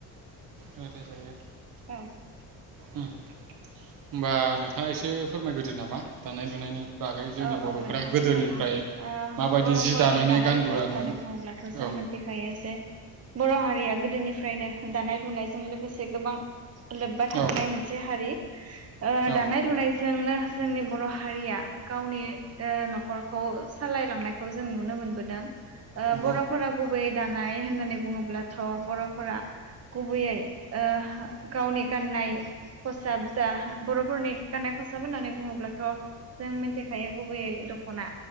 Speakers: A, on the right; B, on the right.
A: <inaudible> जायो
B: औ
A: ओ होमबा नोंथाङा एसे फोरमायग्रोदो नामा दानाय लुनायनि बागै जोंनि
B: औ-औ
A: बर'फोरा
B: नोंथां
A: गोदोनिफ्राय
B: फोरमायनो हागोन ओ
A: माबायदि
B: बर'फोरनि
A: जि दानानै
B: दानाय
A: गानबोआमोन
B: लुनाय होननानै बुङोब्लाथ' जों
A: औ
B: मोथिखायो जे बर' हारिया गोदोनिफ्रायनो दानाय लुनायजों लोगोसे गोबां लोब्बा थाबोनाय
A: औ
B: मोनसे हारि ओ
A: औ
B: दानाय लुनाय जोंनो जोंनि बर' हारिया गावनि ओ न'खरखौ सालायलांनायखौ जों नुनो मोनबोदों ओ
A: उम नंगौ
B: बर'फोरा गुबैयै दानाय होननानै बुङोब्लाथ' बर'फोरा गुबैयै ओ गावनि गाननाय खसाब जा बर'फोरनि गाननाय खसाब होननानै बुङोब्लाथ' जों मि थिखायो गुबैयै दख'ना